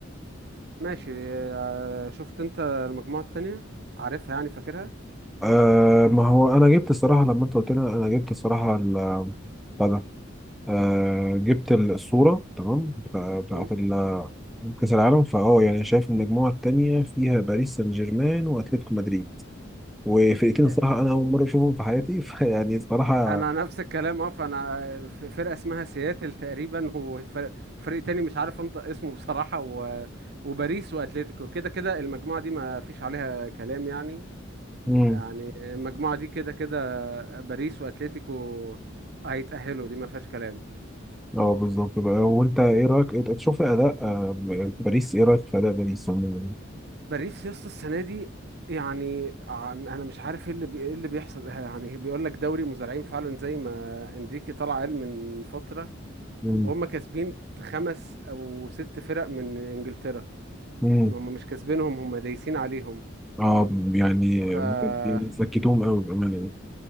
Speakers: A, on the right; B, in the centre.
A: ماشي آه، شفت أنت المجموعة التانية عارفها يعني فاكرها
B: آه ما هو أنا جبت الصراحة لما أنت قلت لي أنا جبت الصراحة ال- بتاع ده آه جبت الصورة تمام بتاع- بتاعت
A: مم.
B: ال- كأس العالم فأه يعني شايف المجموعة التانية فيها باريس سان جيرمان وأتلتيكو مدريد وفرقتين
A: آه،
B: الصراحة أنا أول مرة أشوفهم في حياتي <laughs> فيعني الصراحة
A: أنا نفس الكلام أه فأنا آه، في فرقة اسمها سياتل تقريبا وفرق, وفريق تاني مش عارف أنطق اسمه بصراحة و... وباريس وأتليتيكو كده كده المجموعة دي ما فيش عليها كلام يعني
B: مم.
A: يعني المجموعة دي كده كده باريس واتلتيكو هيتأهلوا دي ما فيهاش كلام
B: اه بالظبط بقى وأنت إيه رأيك إنت إنت شفت أداء آه، باريس إيه رأيك في أداء باريس عموما
A: باريس يا اسطى السنة دي يعني عن- انا مش عارف ايه اللي بي... ايه اللي بيحصل يعني بيقول لك دوري مزارعين فعلا زي ما انريكي طلع قال من فترة
B: مم.
A: وهم كاسبين خمس او ست فرق من انجلترا
B: مم.
A: هم مش كاسبينهم هم دايسين عليهم
B: اه يعني
A: ف
B: يعني سكتوهم قوي بأمانة يعني